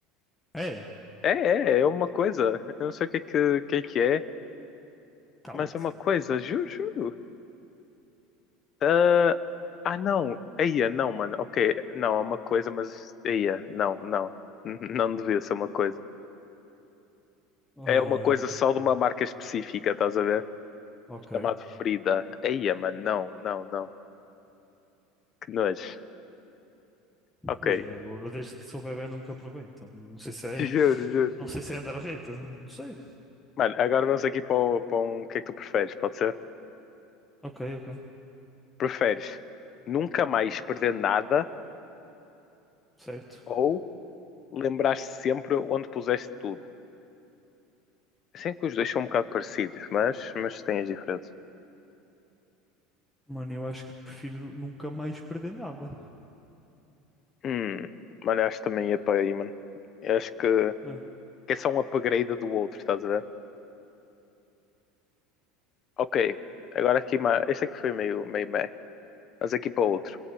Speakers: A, in the centre; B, on the left (about 30°).
A: É,
B: É, é, é uma coisa. Eu não sei o que é que, que é, que é,
A: cala-te.
B: mas é uma coisa, juro, juro. Ah, ah, não. Eia, não, mano. Ok, não, é uma coisa, mas. Eia, não, não. <laughs> N- Não devia ser uma coisa.
A: Ahm,
B: É uma coisa só de uma marca específica, estás a ver?
A: ok.
B: Chamado Frida. Eia, mano, não, não, não. Que nojo. Ok,
A: Imagina, eu, eu desde que sou bebê nunca provei, então não sei se é.
B: <laughs> juro, juro.
A: Não sei se é andar reta, não sei.
B: Mano, agora vamos aqui para, o- para um. O que é que tu preferes? Pode ser?
A: Ok, ok.
B: Preferes nunca mais perder nada
A: Certo.
B: ou lembrar-te sempre onde puseste tudo? Sei que os dois são um bocado parecidos, mas, mas têm as diferenças.
A: Mano, eu acho que prefiro nunca mais perder nada,
B: Hum, mano, eu acho que também ia para aí, mano. Eu acho que,
A: né?
B: que é só um upgrade do outro, estás a ver? Ok, agora aqui. ma- Este aqui foi meio, meio meh. Mas aqui para outro.